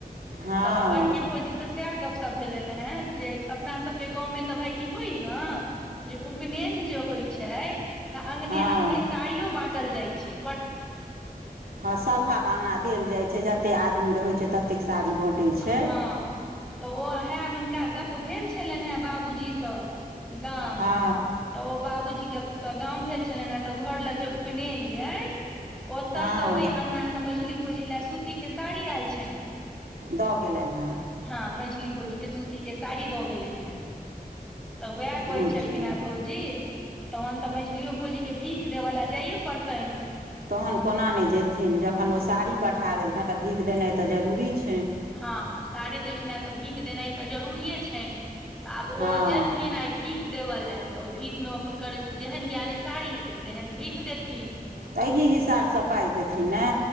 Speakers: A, on the right (about 70°); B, in the centre.
A: हँ
B: तऽ बड़की भौजीसँ सएह गपशप भेलन हेँ जे अपना सबके गाँव मे तऽ भाय ई होय ई न जे उपनयन जे होइ छैय तऽ अगने
A: हँ
B: अगने साड़ियो बाँटल जाइ छैय
A: ह सभहक अंगना देल जाय छैय जते आदमी रहे छैय तते साड़ी बाँटै छै
B: हँ तऽ ओहे हुनका गप्प भेल छलेन हेँ बाबूजीसँ गाम
A: हँ
B: तऽ ओ बाबूजी तक स गाँव भेल छलनि तऽ घर लग जे उपनयन यए ओतसय
A: हँ
B: ओय अगना स मझली भोजी लए सूती के साड़ी आयल छैन
A: दऽ गेलन हेँ
B: हँ मेझली भोजीके सूतीके के साड़ी दऽ गेलन हेँ तऽ उएह
A: बुझि
B: कहै छलखिन
A: गेलियै
B: हँ भौजी तखन तऽ मझलिहो भोजीकेँ भीख देब ल जाइए पड़तनि
A: तहन कोना नहि जेथिन जखन ओ साड़ी पठा देलकनि तऽ भीख देनाइ तऽ जरूरी छैय।
B: हँ साड़ी देलखिन हेँ तऽ भीख देनाइ तऽ जरूरिए छैयन। तऽ आब
A: हँ
B: ओ जेथिन आ भी देबय लए तऽ ओहि भीखमे हुनकर जेहन ज्ञाने सारी हेतनि तेहन भीख देथिन।
A: तऽह हिसाबसँ पाइ देथिन ने